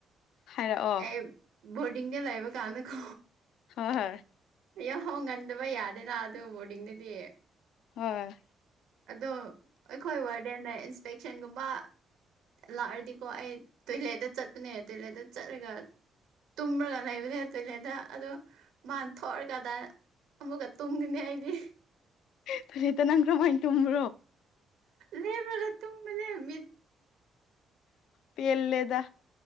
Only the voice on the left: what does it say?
ꯍꯥꯏꯔꯛꯑꯣ
<unintelligible>
ꯍꯣꯏ
ꯇꫭꯏꯔꯦꯇꯅ ꯅꯪ ꯀꯃꯥꯏꯅ ꯇꯨꯝꯕ꯭ꯔꯣ
ꯄꯦꯜꯂꯦꯗ